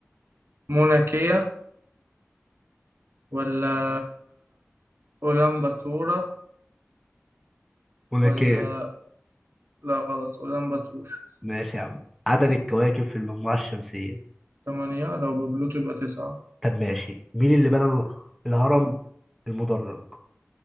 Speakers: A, on the right; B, in the centre.
A: موناكية ولا أولانباتورا
B: ملوكية
A: ولا لا غلط أولانباتور
B: ماشي يا عم عدد الكواكب في المجموعة الشمسية
A: تمانية لو ببلوتو يبقى تسعة
B: طب ماشي مين اللي بنى الخ- الهرم المدرج